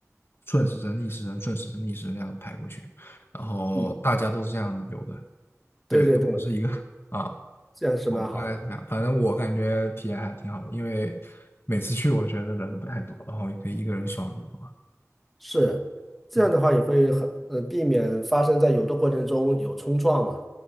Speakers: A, on the left; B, in the centre.
A: 顺时针、逆时针、顺时针、逆时针这样排过去，然后大家都是这样游的，
B: 嗯，
A: 对，
B: 对对对，
A: 都不是一个啊，
B: 这样是蛮好的。
A: 我们大概是这样，反正我感觉体验还挺好的，因为每次去我觉得人都不太多，然后也可以一个人爽游啊。
B: 是，这样的话也会很，
A: 嗯
B: 呃，避免发生在游的过程中有冲撞嘛。